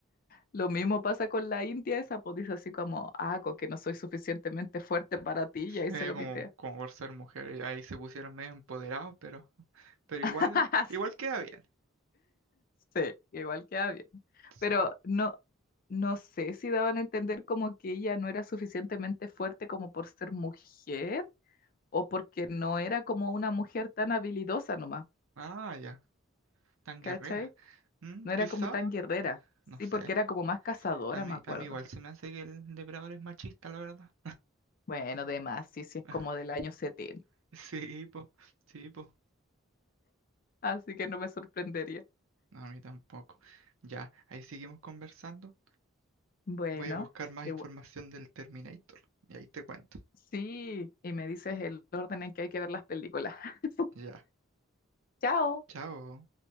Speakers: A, on the left; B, on the right.
A: Lo mismo pasa con la India, esa pues dice así como, ah, con que no soy suficientemente fuerte para ti, y ahí
B: Eh,
A: se lo
B: como,
A: pitea.
B: como por ser mujer, y ahí se pusieron medio empoderados, pero, pero igual,
A: <laughs>
B: igual
A: Sí,
B: queda bien.
A: sí, igual queda bien.
B: Sí.
A: Pero no, no sé si daban a entender como que ella no era suficientemente fuerte como por ser mujer, o porque no era como una mujer tan habilidosa nomás,
B: Ah, ya, tan
A: ¿cachai?
B: guerrera. Mm,
A: No era
B: quizá,
A: como tan guerrera.
B: no
A: Sí,
B: sé.
A: porque era como más cazadora,
B: A mí,
A: me acuerdo.
B: a mí igual se me hace que el depredador es machista, la verdad.
A: Bueno, de más, sí, sí, es
B: <laughs>
A: como del año 70.
B: Sí, po, sí, po.
A: Así que no me sorprendería.
B: No, a mí tampoco. Ya, ahí seguimos conversando.
A: Bueno,
B: Voy a buscar más
A: igua-
B: información del Terminator y ahí te cuento.
A: sí, y me dices el orden en que hay que ver las películas. <laughs>
B: Ya,
A: Chao.
B: chao.